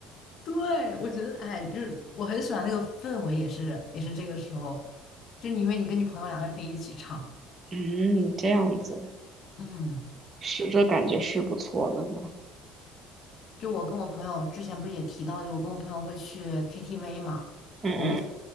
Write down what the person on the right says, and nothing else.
<laughs> 嗯，这样子
是这感觉是不错的呢。
嗯嗯，